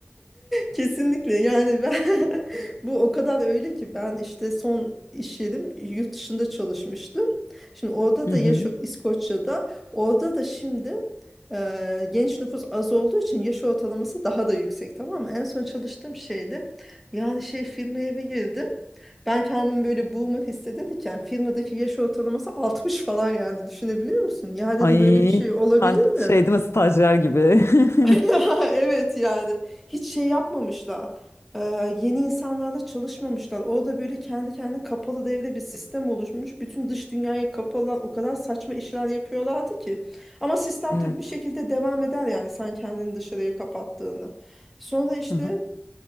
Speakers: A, in the centre; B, on the left.
A: Kesinlikle yani ben <laughs> bu o kadar öyle ki ben işte son iş yerim yurt dışında çalışmıştım. Şimdi orada
B: Hı
A: da
B: hı.
A: yaş İskoçya'da orada da şimdi e, genç nüfus az olduğu için yaş ortalaması daha da yüksek tamam mı? En son çalıştığım şeydi yani şey firmaya bir girdim. Ben kendimi böyle boomer hissedilirken firmadaki yaş ortalaması 60 falan yani düşünebiliyor musun? Ya dedim
B: Ay
A: böyle bir şey olabilir
B: ben
A: mi?
B: şey değil mi stajyer gibi.
A: <laughs>
B: <laughs>
A: Evet yani hiç şey yapmamışlar. Ee, yeni insanlarla çalışmamışlar. Orada böyle kendi kendine kapalı devre bir sistem oluşmuş. Bütün dış dünyaya kapalı O kadar saçma işler yapıyorlardı ki. Ama sistem
B: Evet.
A: tabii bir şekilde devam eder yani sen kendini dışarıya kapattığında. Sonra işte
B: Hı hı.